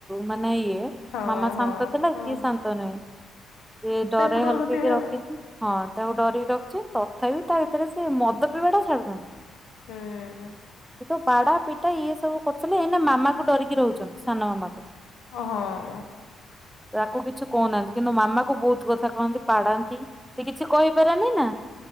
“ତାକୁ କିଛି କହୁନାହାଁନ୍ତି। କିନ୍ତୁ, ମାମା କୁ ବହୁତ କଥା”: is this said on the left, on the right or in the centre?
Centre